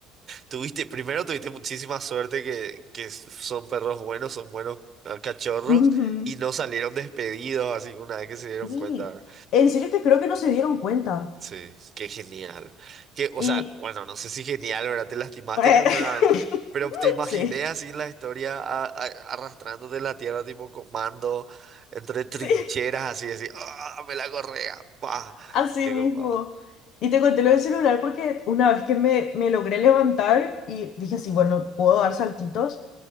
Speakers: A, on the right; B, on the left.
A: Tuviste, primero tuviste muchísima suerte que, que son perros buenos, son buenos ah, cachorros
B: <laughs> Ujú.
A: y no salieron despedidos así una vez que se dieron
B: Sí,
A: cuenta.
B: en serio que creo que no se dieron cuenta.
A: Sí, qué genial. Que, o
B: Y...
A: sea, bueno, no sé si genial, ¿verdad? Te lastimaste
B: <laughs>
A: ni seguramente, pero te imaginé
B: Sí,
A: así en la historia a- a- arrastrándote en la tierra tipo comando, entre trincheras
B: sí.
A: así, así, ¡ah, me la correa! ¡Pah!
B: Así
A: ¡Qué
B: mismo.
A: copado!
B: Y te conté lo del celular porque una vez que me, me logré levantar y dije así, bueno, puedo dar saltitos.